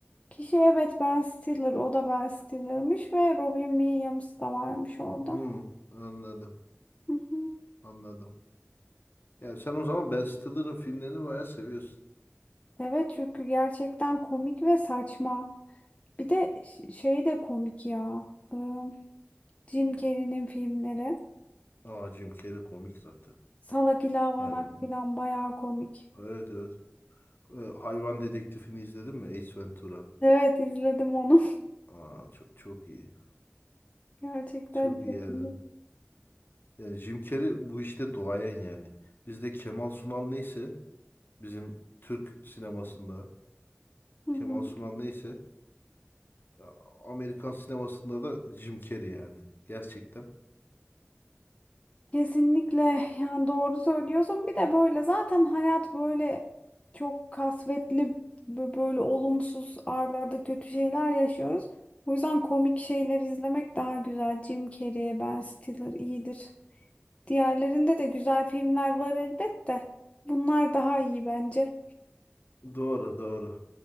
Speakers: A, on the left (about 30°); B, on the left (about 55°).
A: Kişi evet Ben Stiller, o da Ben Stiller'mış ve Robin Williams da varmış orada.
B: Hmm, anladım.
A: Hı hı.
B: Anladım. Yani sen o zaman Ben Stiller'ın filmlerini bayağı seviyorsun.
A: Evet çünkü gerçekten komik ve saçma. Bir de ş- şey de komik ya. Ee, Jim Carrey'nin filmleri.
B: Aa Jim Carrey komik zaten.
A: Salak İlavanak
B: Yani
A: falan bayağı komik.
B: evet evet. Ee, Hayvan Dedektifini izledin mi? Ace Ventura.
A: Evet izledim onu.
B: Aa çok çok iyi.
A: <laughs> Gerçekten
B: Çok
A: çok
B: iyi yani.
A: iyi.
B: Yani Jim Carrey bu işte duayen yani. Bizde Kemal Sunal neyse bizim Türk sinemasında
A: Hı
B: Kemal
A: hı.
B: Sunal neyse ya, Amerikan sinemasında da Jim Carrey yani. Gerçekten.
A: Kesinlikle yani doğru söylüyorsun. Bir de böyle zaten hayat böyle çok kasvetli bö- böyle olumsuz ardarda kötü şeyler yaşıyoruz. O yüzden komik şeyler izlemek daha güzel. Jim Carrey, Ben Stiller iyidir. Diğerlerinde de güzel filmler var elbette. Bunlar daha iyi bence.
B: Doğru doğru.